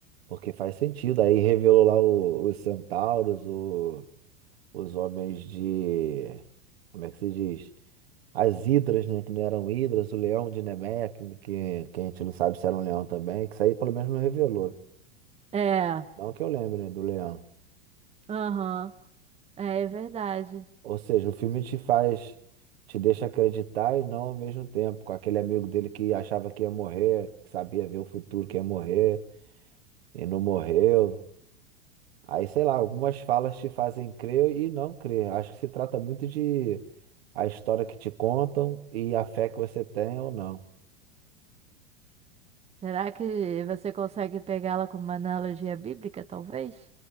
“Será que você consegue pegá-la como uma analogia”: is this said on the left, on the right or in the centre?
Right